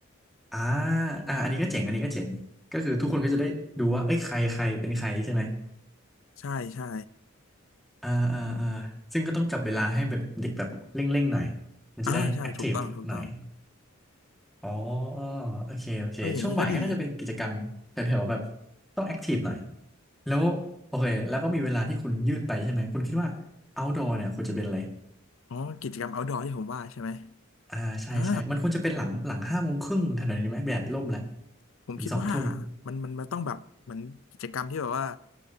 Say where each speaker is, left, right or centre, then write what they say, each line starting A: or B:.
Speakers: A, in the centre; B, on the left.
A: อ่าอ่าอันนี้ก็เจ๋งอันนี้ก็เจ๋งก็คือทุกคนก็จะได้ดูว่าเอ้ยใครใครเป็นใครใช่ไหม
B: ใช่ใช่
A: อ่าอ่าอ่าซึ่งก็ต้องจับเวลาให้แบบเด็กแบบเร่งๆหน่อยมันจะได้แอคทีฟหน่อย
B: อ่าใช่ถูกต้องถูกต้อง
A: อ๋อโอเคโอเค
B: เอออย่างนี้ก็ดี
A: ช่วงบ่ายก็น่าจะเป็นกิจกรรมแถวๆแบบต้องแอคทีฟหน่อยแล้วโอเคแล้วก็มีเวลาที่คุณยืดไปใช่ไหม คุณคิดว่า outdoor เนี่ยควรจะเป็นอะไร
B: อ๋อกิจกรรม outdoor ที่ผมว่าใช่ไหม
A: อ่าใช่ใช่มันควรจะเป็นหลังหลังห้าโมงครึ่งทันทีไหมแดดร่มแล้ว
B: อ่าผมคิดว่า
A: ถึงสองทุ่ม
B: มันมันมันต้องแบบเหมือนกิจกรรมที่แบบว่า